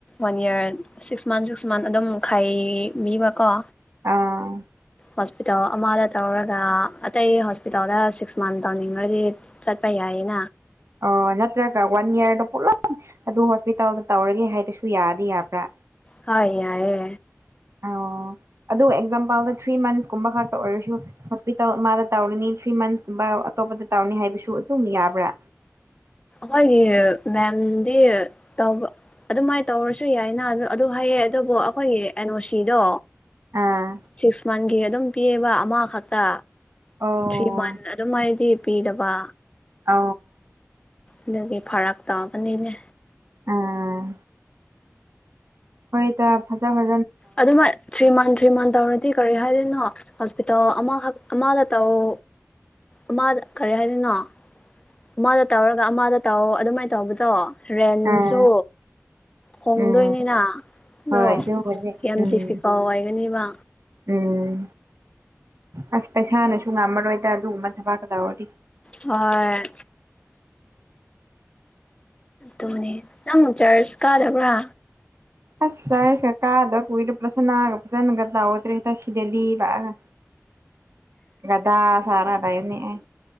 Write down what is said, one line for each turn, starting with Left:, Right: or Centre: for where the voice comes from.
Left: one year six month six month ꯑꯗꯨꯝ ꯈꯥꯏꯕꯤꯕꯀꯣ
Right: ꯑꯥ
Left: ꯍꯣꯁꯄꯤꯇꯥꯜ ꯑꯃꯗ ꯇꯧꯔꯒ ꯑꯇꯩ ꯍꯣꯁꯄꯤꯇꯥꯜꯗ ꯁꯤꯛꯁ ꯃꯟ ꯇꯧꯅꯤꯡꯉꯗꯤ ꯆꯠꯄ ꯌꯥꯏ <inaudible>
Right: ꯑꯣꯠꯇꯦ ꯋꯥꯟ ꯏꯌꯥꯔ ꯄꯨꯂ ꯑꯗꯨ ꯍꯣꯁꯄꯤꯇꯥꯜꯗ ꯇꯧꯔꯒꯦ ꯍꯥꯏꯗꯁꯨ ꯌꯥꯗꯤ ꯌꯥꯕ꯭ꯔꯥ
Left: ꯍ ꯌꯥꯑꯌꯦ
Right: ꯑ ꯑꯗꯨ ꯑꯦꯛꯖꯥꯝꯄꯜꯗ ꯊ꯭ꯔꯤ ꯃꯟꯁꯀꯨꯝꯕ ꯈꯛꯇ ꯑꯣꯏꯔꯁꯨ ꯍꯣꯁꯄꯤꯇꯥꯜ ꯃꯥꯗ ꯇꯧꯔꯤꯅꯤ ꯊ꯭ꯔꯤ ꯃꯟꯁꯀ ꯑꯇꯣꯞꯄ ꯇꯧꯅꯤ ꯍꯥꯏꯕꯁꯨ ꯑꯗꯨꯝ ꯌꯥꯕ꯭ꯔꯥ
Left: ꯍꯦ ꯃꯗꯤ ꯇꯕ ꯑꯗꯨꯃꯥꯏꯅ ꯇꯧꯔꯁꯨ ꯌꯥꯏꯅ ꯑꯗꯨ ꯍꯥꯏꯌꯦ ꯑꯗꯨꯕꯨ ꯑꯩꯈꯣꯏꯒꯤ ꯑꯦꯅꯣ ꯁꯤꯗꯣ
Right: ꯑꯥ
Left: ꯁꯤꯛꯁ ꯃꯟꯒꯤ ꯑꯗꯨꯝ ꯄꯤꯌꯦꯕ ꯑꯃ ꯈꯛꯇ
Right: ꯑꯣ
Left: ꯊ꯭ꯔꯤ ꯃꯟ ꯑꯗꯨꯝ ꯍꯥꯏꯗꯤ ꯄꯤꯗꯕ
Right: ꯑ
Left: ꯑꯗꯨꯒꯤ ꯐꯔꯛ ꯇꯥꯕꯅꯤꯅꯦ
Right: ꯑꯥ ꯍꯣꯏ ꯇ ꯐꯠꯇ ꯐ
Left: ꯑꯗꯨꯃ ꯊ꯭ꯔꯤ ꯃꯟ ꯊ꯭ꯔꯤ ꯃꯟ ꯇꯧꯔꯗꯤ ꯀꯔꯤ ꯍꯥꯏꯔꯤꯅꯣ ꯍꯣꯁꯄꯤꯇꯥꯜ ꯑꯃ ꯥꯛ ꯑꯃꯗ ꯇꯧꯑꯣ ꯑꯃꯗ ꯀꯔꯤ ꯍꯥꯏꯗꯅꯣ ꯑꯃꯗ ꯇꯧꯔꯒ ꯑꯃꯗ ꯇꯥꯎ ꯑꯗꯨꯃꯥꯏꯅ ꯇꯧꯕꯗꯣ ꯔꯦꯟꯁꯨ
Right: ꯑꯥ
Left: ꯍꯣꯡꯗꯣꯏꯅꯤꯅ
Right: ꯎꯝ
Left: ꯑꯗꯣ
Right: ꯍꯣꯏ ꯑꯗꯨꯕꯨꯗꯤ
Left: ꯌꯥꯝ
Right: ꯎꯝ
Left: ꯗꯤꯐꯤꯀꯜ ꯑꯣꯏꯒꯅꯤꯕ
Right: ꯎꯝ ꯑꯁ ꯄꯩꯁꯥꯅꯁꯨ ꯉꯝꯃꯔꯣꯏꯗ ꯑꯗꯨꯒꯨꯝꯕ ꯊꯕꯥꯛꯀ ꯇꯧꯔꯗꯤ
Left: ꯑ ꯑꯗꯨꯅꯦ ꯅꯪ ꯆꯔꯆ ꯀꯥꯗꯕ꯭ꯔꯥ
Right: ꯑꯁ ꯆꯔꯁ ꯀꯥꯗ ꯀꯨꯏꯔ‌ꯦ ꯄꯔꯊꯅꯥ ꯒ ꯐꯖꯟꯅ ꯇꯧꯗ꯭ꯔ‌ꯦꯗ ꯁꯤ ꯗ‌ꯦꯜꯂꯤ ꯂꯥꯛꯑꯒ ꯒꯗꯥ ꯁꯥꯔ ꯂꯩꯕꯅ‌ꯦ ꯑꯩ